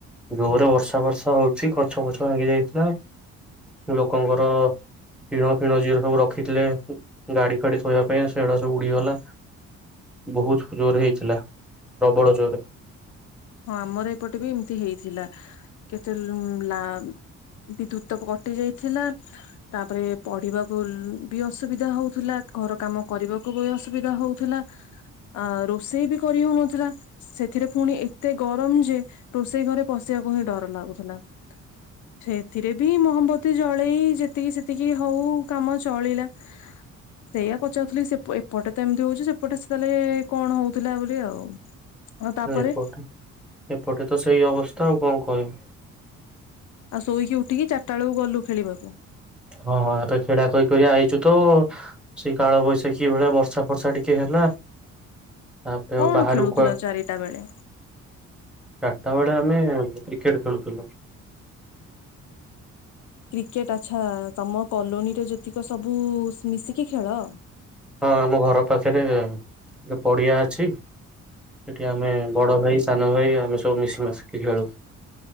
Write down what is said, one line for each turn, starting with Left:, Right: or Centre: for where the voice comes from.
Centre: ଜୋରେ ବର୍ଷା ଫର୍ଷା ହୋଉଚି। ଖ ଗଛ ଫଛ ଭାଙ୍ଗି ଯାଇଥିଲା। ଲୋକଙ୍କର ଟିଣ ଫିଣ ଯିଏ ସବୁ ରଖିଥିଲେ। ଗାଡି ଫାଡି ଥୋଇବା ପାଇଁ ସେଗୁଡା ସବୁ ଉଡିଗଲା। ବୋହୁତ ଜୋରେ ହେଇଥିଲା ପ୍ରବଳ ଜୋରେ।
Left: ହଁ ଆମର ଏପଟେ ବି ଏମତି ହେଇଥିଲା। କେତେ ଲୋ ଲା ବିଦ୍ୟୁତ ତ କଟି ଯାଇଥିଲା। ତାପରେ ପଢିବାକୁ ବି ଅସୁବିଧା ହୋଉଥିଲା। ଘର କାମ କରିବାକୁ ବି ଅସୁବିଧା ହୋଉ ଥିଲା। ଆ ରୋଷେଇ ବି କରି ହେଉନଥିଲା ସେଥିରେ ଫୁଣି ଏ ଏତେ ଗରମ ଯେ ରୋଷେଇ ଘରେ ପଶିବାକୁ ହିଁ ଡର ଲାଗୁଥିଲା। ସେଇଥିରେ ବି ମହମବତୀ ଜଳେଇ ଯେତିକି ସେତିକି ହୋଉ କାମ ଚଳିଲା। ସେଇଆ ପଚାରୁଥିଲି। ସେ ଏପଟେ ତ ଏମିତି ହୋଉଚି। ସେପଟେ ସେ ତାହେଲେ କଣ ହୋଉଥିଲା ବୋଲି ଆଉ। ଆଉ ତାପରେ
Centre: ହୁଁ ଏପଟ ଏପଟେ ତ ସେଇ ଅବସ୍ଥା ଆଉ କଣ କହିବୁ।
Left: ଆଉ ଶୋଇକି ଉଠିକି ଚାରିଟା ବେଳକୁ ଗଲୁ ଖେଳିବାକୁ।
Centre: ହଁ ହଁ ଆପେ କ୍ରିଡା କରି କରି ଆଇଚୁ ତୁ ସେଇ କାଳ ବୈଶାଖୀ ଭଳିଆ ବର୍ଷା ଫର୍ଷା ଟିକେ ହେଲା। ତାପରେ
Left: କଣ
Centre: ଆଉ ବାହାରକୁ
Left: ଖେଳୁଥିଲ
Centre: କୁ
Left: ଚାରିଟା ବେଳେ
Centre: ଚାରିଟା ବେଳେ ଆମେ କ୍ରିକେଟ୍ ଖେଳୁଥିଲୁ।
Left: କ୍ରିକେଟ ଆଚ୍ଛା ତମ କଲୋନୀରେ ଯେତିକ ସବୁ ମିଶିକି ଖେଳ।
Centre: ହଁ ଆମ ଘର ପାଖରେ ଗୋ ପଡିଆ ଅଛି। ସେଠି ଆମେ ବଡ ଭାଇ ସାନ ଭାଇ ଆମେ ସବୁ ମିଶି ମାଶିକି ଖେଳୁ।